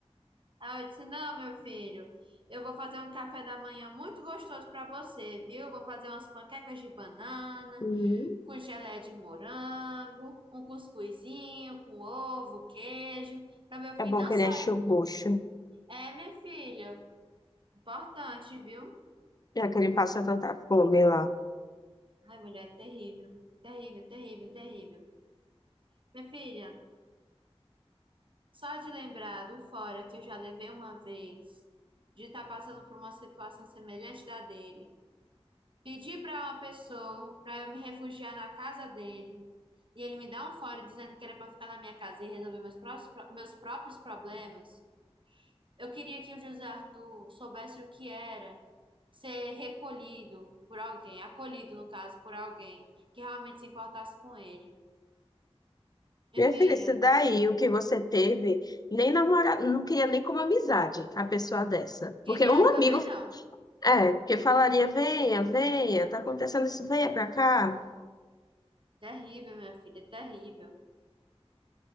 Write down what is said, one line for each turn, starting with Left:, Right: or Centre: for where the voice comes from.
Right: Aí eu disse: Não, meu filho, eu vou fazer um café da manhã muito gostoso pra você, viu? Vou fazer umas panquecas de banana,
Left: Hum,
Right: com geleia de morango, um cuscuzinho com ovo, queijo. Pra meu
Left: é
Right: filho
Left: bom
Right: não
Left: que
Right: sair.
Left: ele enche o bucho.
Right: É, minha filha, importante, viu?
Left: Já que ele passa tanta fome lá.
Right: Ai, mulher, é terrível. Terrível, terrível, terrível. Minha filha, só de lembrar do fora que eu já levei uma vez, de estar passando por uma situação semelhante da dele, pedir para uma pessoa para eu me refugiar na casa dele, e ele me dá um fora dizendo que era para ficar na minha casa e resolver meus próprios, meus próprios problemas. Eu queria que o José Arthur soubesse o que era ser recolhido por alguém, acolhido, no caso, por alguém que realmente se importasse com ele. Minha
Left: Minha
Right: filha,
Left: filha, isso daí, o que você teve, nem namorado, não queria nem como amizade a pessoa dessa.
Right: queria
Left: Porque um amigo,
Right: também não.
Left: é, porque falaria, venha, venha, tá acontecendo isso, venha pra cá.
Right: Terrível, minha filha, terrível.